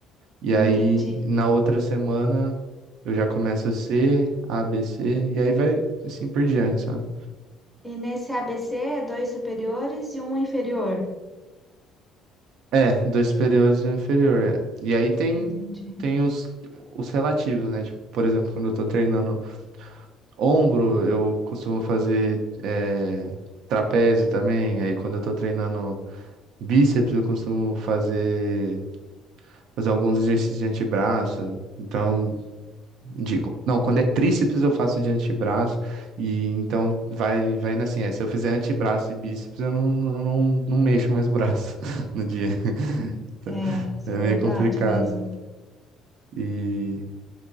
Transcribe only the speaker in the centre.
entendi.
E nesse ABC é dois superiores e um inferior.
Entendi.
Hum.
É, isso
é verdade
mesmo.